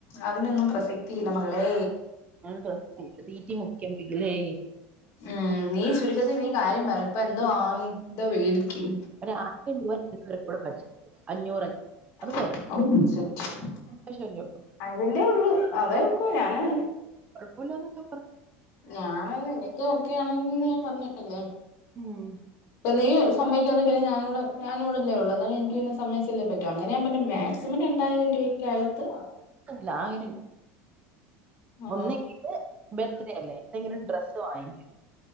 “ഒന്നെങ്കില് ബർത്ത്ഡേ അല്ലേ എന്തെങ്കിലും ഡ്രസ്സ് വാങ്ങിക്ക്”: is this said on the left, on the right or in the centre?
Right